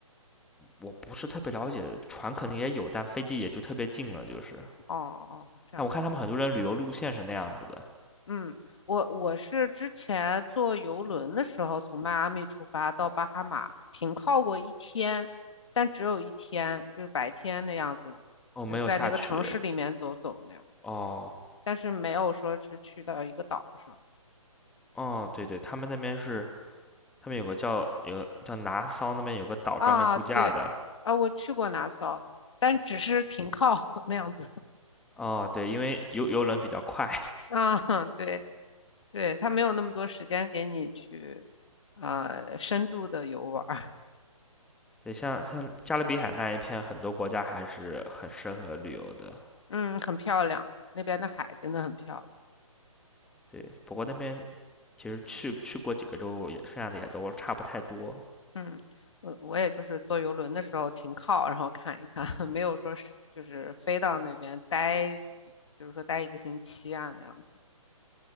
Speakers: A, in the centre; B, on the left.
A: 我不是特别了解，船可能也有，但飞机也就特别近了，就是。
B: 哦哦，这样子。
A: 但我看他们很多人旅游路线是那样子的。
B: 嗯，我我是之前坐游轮的时候，从迈阿密出发到巴哈马，停靠过一天，但只有一天，就是白天的样子，
A: 哦，
B: 就在那个城市里面走走那样，
A: 没有下去。哦
B: 但是没有说是去到一个岛上。
A: 哦，对对，他们那边是他们有个叫有个叫拿骚那边有个岛专门度假的。
B: 啊，对，啊，我去过拿骚，但只是停靠 <laughs> 那样子
A: 哦，对，因为游游轮比较快。
B: 啊，<laughs> 对对，他没有那么多时间给你去，呃，深度的游玩儿
A: 对，像像加勒比海那一片，很多国家还是很适合旅游的。
B: <laughs> 嗯，很漂亮，那边的海真的很漂亮，
A: 对，不过那边其实去去过几个州也，剩下的也都差不太多。
B: 嗯，我我也就是坐游轮的时候停靠，然后看一看，<laughs> 没有说是就是飞到那边待，比如说待一个星期啊那样子